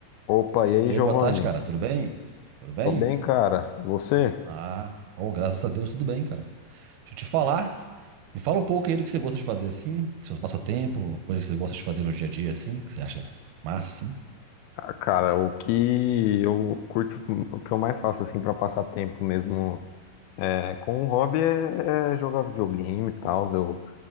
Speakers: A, on the left; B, on the right.
A: Opa, e aí,
B: E
A: Giovanni?
B: aí, boa tarde, cara. Tudo bem? Tudo bem?
A: Tô bem, cara. E você?
B: Ah, oh, graças a Deus, tudo bem, cara. Deixa eu te falar. Me fala um pouco aí do que você gosta de fazer, assim, que seus passatempo, coisas que você gosta de fazer no dia a dia, assim, que você acha massa, assim.
A: Ah, cara, o que eu curto, o que eu mais faço assim pra passar tempo mesmo é, com o hobby é, é jogar videogame e tal. Eu,